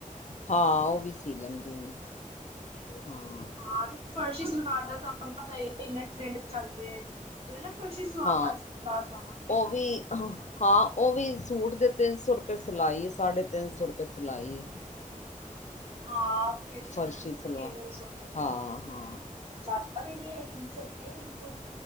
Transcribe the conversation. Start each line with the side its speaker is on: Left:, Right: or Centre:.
Left: ਹਾਂ ਉਹ ਵੀ ਸੀ ਲੈਂਦੀ ਹੈ ਮੈਂ ਹਾਂ।
Right: ਹਾਂ ਫਰਸ਼ੀ ਸਲਵਾਰ ਦਾ ਤੁਹਾਨੂੰ ਪਤਾ ਈ ਹੈ ਇੰਨਾ ਟਰੈਂਡ ਚੱਲ ਰਿਹਾ। ਜਿਵੇੰ ਨਾ ਫਿਰਸ਼ੀ ਸਲਵਾਰ
Left: ਹਾਂ
Right: ਸਂਵਾਵਾਗੇ।
Left: ਉਹ ਵੀ ਹਾਂ ਉਹ ਵੀ ਸੂਟ ਦੇ ਤਿੰਨ ਸੌ ਰੁਪਏ ਸਿਲਾਈ ਸਾਢੇ ਤਿੰਨ ਸੌ ਰੁਪਏ ਸਿਲਾਈ ਹੈ। ਹਮ।
Right: ਹਾਂ ਫਿਰ ਤੇ
Left: ਫਰਸ਼ੀ
Right: ਠੀਕ
Left: ਸਲਵਾ
Right: ਏ ਜ਼ਿਆਦਾ
Left: ਹਾਂ ਹਾਂ
Right: ਵੀ ਨਹੀਂ ਹੈਗੀ, ਸਹੀ ਹੈ ਬਿਲਕੁਲ